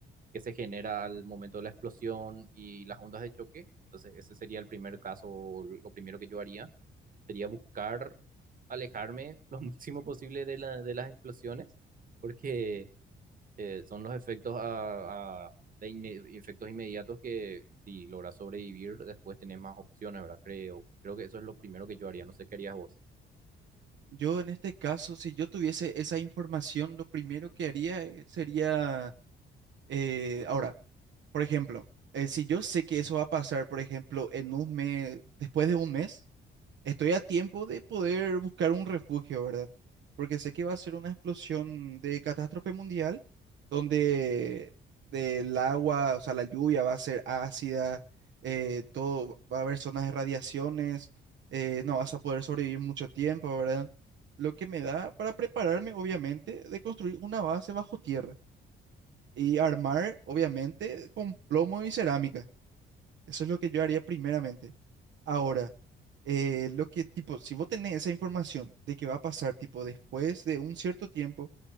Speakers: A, on the right; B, on the right.
A: que se genera al momento de la explosión y las ondas de choque. Entonces, ese sería el primer caso, lo primero que yo haría, sería buscar alejarme <laughs> lo máximo posible de la, de las explosiones, porque eh, son los efectos a, a- de inme- efectos inmediatos que si logras sobrevivir, después tenés más opciones, ¿verdad? Creo, creo que eso es lo primero que yo haría, no sé qué harías vos.
B: Yo en este caso, si yo tuviese esa información, lo primero que haría eh, sería, eh, ahora, por ejemplo, eh, si yo sé que eso va a pasar, por ejemplo, en un mes, después de un mes. Estoy a tiempo de poder buscar un refugio, ¿verdad? Porque sé que va a ser una explosión de catástrofe mundial donde el agua, o sea, la lluvia va a ser ácida, eh, todo, va a haber zonas de radiaciones, eh, no vas a poder sobrevivir mucho tiempo, ¿verdad? Lo que me da para prepararme, obviamente, de construir una base bajo tierra y armar, obviamente, con plomo y cerámica. Eso es lo que yo haría primeramente. Ahora, eh, lo que, tipo, si vos tenés esa información de que va a pasar, tipo, después de un cierto tiempo,